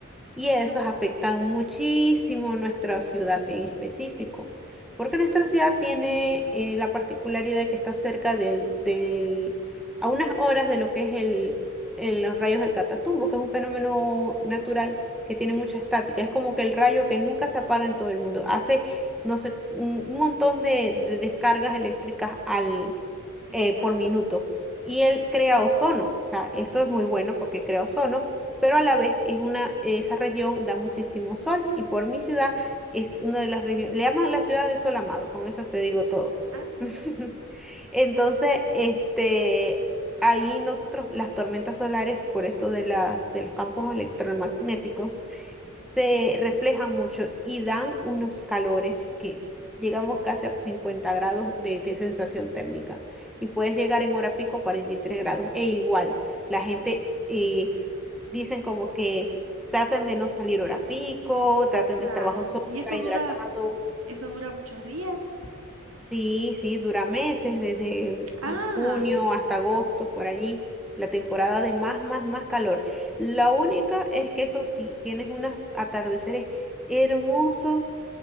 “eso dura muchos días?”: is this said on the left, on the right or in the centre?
Right